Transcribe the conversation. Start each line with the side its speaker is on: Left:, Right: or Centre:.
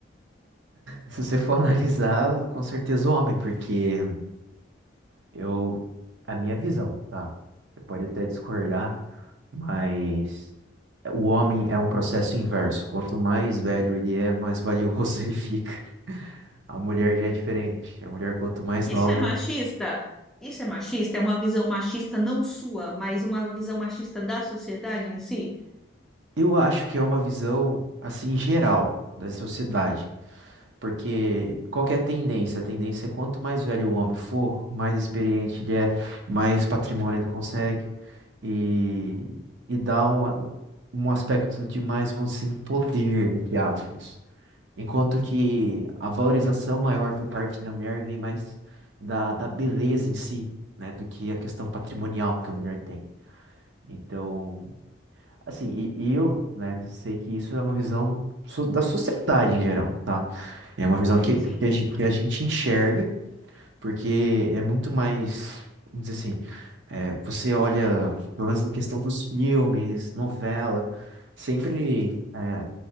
Right: Se você for <laughs> analisar, com certeza o homem, porque eu, a minha visão, tá? Você pode até discordar, mas o homem é um processo inverso. Quanto mais velho ele é, mais valioso <laughs> ele fica. A mulher já é diferente. A mulher, quanto mais
Centre: Isso
Right: nova,
Centre: é machista? Isso é machista? É uma visão machista não sua, mas uma visão machista da sociedade em si?
Right: eu acho que é uma visão assim geral da sociedade. Porque qual que é a tendência? A tendência é quanto mais velho o homem for, mais experiente ele é, mais patrimônio ele consegue. E, e dá um, um aspecto de mais, vamos assim, poder, entre aspas. Enquanto que a valorização maior por parte da mulher vem mais da, da beleza em si, né? Do que a questão patrimonial que a mulher tem. Então, Assim, e, e eu, né, sei que isso é uma visão so- da sociedade em geral, tá? É uma
Centre: Sim,
Right: visão que,
Centre: sim.
Right: que, a, gen- que a gente enxerga, porque é muito mais, vamos dizer assim, é, você olha, pelo menos na questão dos filmes, novela, sempre. é,